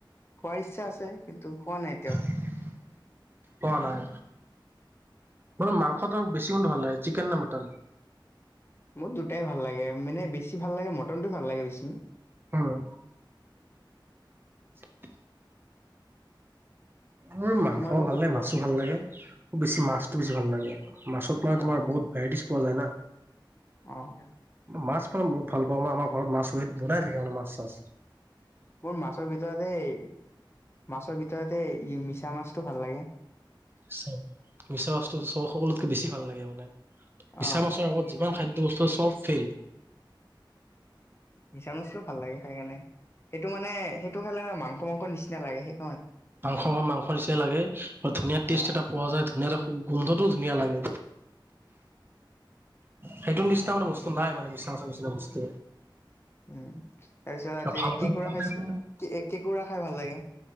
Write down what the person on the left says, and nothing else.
খোৱাৰ ইচ্ছা আছে, কিন্তু খোৱা নাই এতিয়াও।
মোৰ দুটাই ভাল লাগে, মানে বেছি ভাল লাগে ম'টন টো ভাল লাগে বেছি।
তোমাৰ কোনটো
প্ৰিয়
অ
অঁ
মোৰ মাছৰ ভিতৰত এই মাছৰ ভিতৰত এই ই মিছা মাছটো ভাল লাগে।
অ
মিছা মাছটোও ভাল লাগে খাই কেনে, সেইটো মানে সেইটো খালে মাংস মাংস নিচিনা লাগে সেই
অ
উমঁ' তাৰ পিছত এই
কেঁকোৰা
খাইছো,
কেঁকোৰা খাই ভাল লাগে।